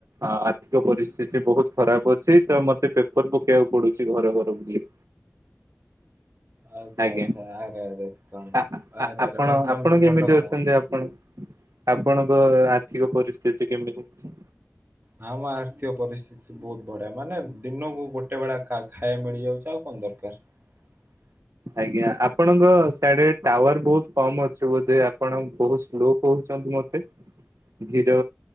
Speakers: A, on the right; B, on the right.
A: ଆର୍ଥିକ ପରିସ୍ଥିତି ବହୁତ ଖରାପ ଅଛି ତ ମତେ ପେପର ପକେଇବାକୁ ପଡୁଛି ଘର ଘର ବୁଲି।
B: ଆଚ୍ଛା
A: ଆଜ୍ଞା
B: ଆଚ୍ଛା ଆରେ ଆରେ ତମେ
A: ଆ
B: ଆରେ
A: ଆ
B: ଆରେ
A: ଆପଣ
B: ମାନେ ତମେ
A: ଆପଣ
B: ତ ଭଲ
A: କେମିତି
B: କାମ
A: ଅଛନ୍ତି?
B: କର
A: ଆପଣଙ୍କ ଆର୍ଥିକ ପରିସ୍ଥିତି କେମିତି ଅଛି?
B: ହ ଆମ ଆର୍ଥିକ ପରିସ୍ଥିତି ବହୁତ ବଢିଆ ମାନେ ଦିନକୁ ଗୋଟେ ବେଳା ଖାଇବା ମିଳିଯାଉଛି ଆଉ କଣ ଦରକାର? ହ
A: ଆଜ୍ଞା ଆପଣଙ୍କ ସାଢେ ଟାୱାର ବହୁତ କମ୍ ଅଛି ବୋଧେ ଆପଣ ବହୁତ ସ୍ଲୋ କହୁଛନ୍ତି ମତେ? ଜିରୋ